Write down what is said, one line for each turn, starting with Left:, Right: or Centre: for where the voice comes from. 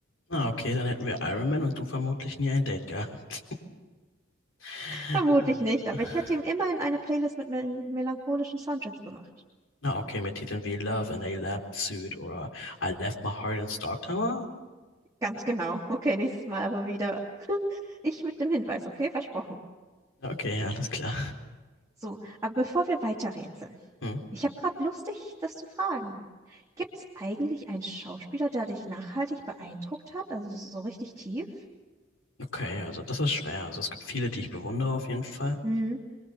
Left: Na, okay, dann hätten wir Iron Man und du vermutlich nie ein Date gehabt. <laughs>
Right: Vermutlich
Left: Äh,
Right: nicht, aber ich hätte ihm immerhin eine Playlist mit mel melancholischen Soundtracks gemacht.
Left: Na, okay, mit Titeln wie Love in a Lab Suit oder I Left My Heart in Stark Tower?
Right: Ganz genau. Okay, nächstes Mal aber wieder. <laughs> Ich mit dem Hinweis, okay? Versprochen.
Left: Okay, alles klar.
Right: So, aber bevor wir weiterrätseln,
Left: Hm.
Right: ich habe gerade Lust, dich das zu fragen. Gibt es eigentlich einen Schauspieler, der dich nachhaltig beeindruckt hat, also so so richtig tief?
Left: Okay, also das ist schwer. Also es gibt viele, die ich bewundere auf jeden Fall.
Right: Hm,